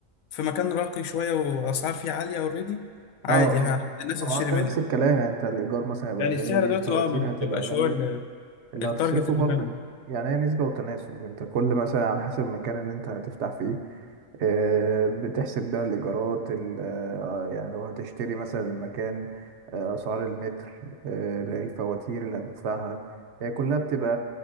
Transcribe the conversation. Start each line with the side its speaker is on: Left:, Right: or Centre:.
Left: في مكان راقي شويه واسعار فيه عاليه اوريدي عادي
Right: اه اه
Left: ه- الناس هتشتري
Right: هو انت
Left: منك
Right: نفس الكلام يعني انت الايجار مثلا هيبقى
Left: يعني
Right: غالي
Left: السعر دلوقتي
Right: الفواتير
Left: اه ما
Right: هتبقى
Left: بقاش
Right: غاليه
Left: هو ال-
Right: اللي
Left: التارجت
Right: هتصرفه
Left: المهم
Right: برضو يعني هي نسبه وتناسب انت كل مثلا على حسب المكان اللي انت هتفتح فيه آه، بتحسب بقى الإيجارات ال- آه، يعني لو هتشتري مثلا المكان آه، أسعار المتر آه، الفواتير اللي هتدفعها هي كلها بتبقى